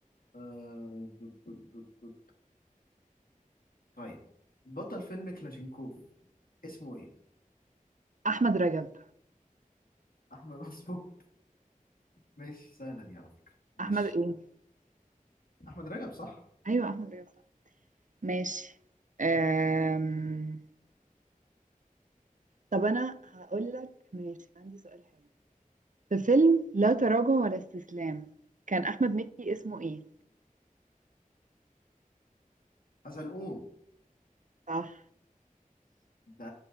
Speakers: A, on the left (about 85°); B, on the right (about 60°).
A: آه ب- ب- ب- ب- طيب بطل فيلم كلاشينكوف اسمه ايه
B: احمد رجب
A: احمد مظبوط ماشي سهلة دي على فكرة ماشي
B: احمد ايه
A: أحمد رجب صح
B: ايوه احمد رجب صح ماشي أم... طب انا هقول لك ماشي عندي سؤال حلو في فيلم لا تراجع ولا استسلام كان احمد مكي اسمه ايه
A: حزلقوم
B: صح
A: ده